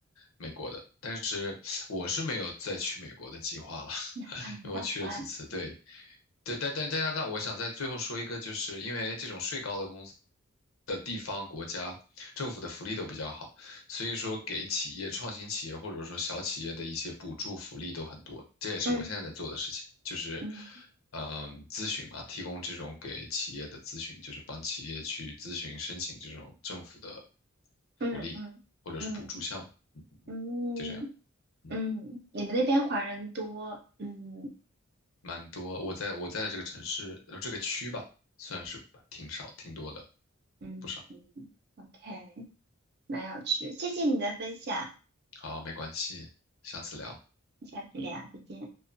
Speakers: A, on the left; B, on the right.
A: 美国的，但是我是没有再去美国的计划了。
B: <laughs>
A: 因为我去了几次，对，对，但但但但但，我想在最后说一个，就是因为这种税高的公司的地方、国家、政府的福利都比较好，所以说给企业、创新企业或者说小企业的一些补助福利都很多。这也是我现在在做的事情，
B: 嗯
A: 就是
B: 嗯
A: 嗯，咨询嘛，提供这种给企业的咨询，就是帮企业去咨询申请这种政府的福利或者是补助项目，
B: 嗯嗯嗯
A: 嗯
B: 嗯嗯
A: 就这样。嗯。
B: 嗯，你们那边华人多，嗯
A: 蛮多。我在我在的这个城市，呃，这个区吧，算是挺少，挺多的，
B: 嗯嗯，OK，
A: 不少。
B: 蛮有趣，谢谢你的分享，
A: 好，没关系，下次聊。
B: 下次聊，再见。